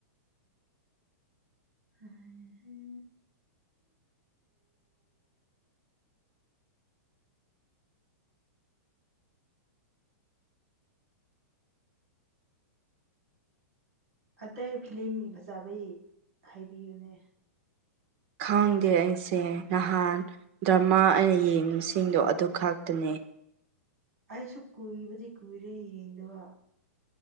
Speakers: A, on the right; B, on the right.
A: ꯍꯥꯏ ꯍꯥꯏ ꯑꯇꯩ ꯐꯤꯂꯝꯒꯤ ꯐꯖꯕꯩ ꯍꯥꯏꯕꯤꯌꯨꯅꯦ
B: ꯈꯪꯗꯦ ꯑꯩꯁꯦ ꯅꯍꯥꯟ ꯗ꯭ꯔꯃꯥ ꯑꯩ ꯌꯦꯡꯕꯁꯤꯡꯗꯣ ꯑꯗꯨ ꯈꯛꯇꯅꯦ
A: ꯑꯩꯁꯨ ꯀꯨꯏꯕꯗꯤ ꯀꯨꯏꯔꯦ ꯌꯦꯡꯗꯕ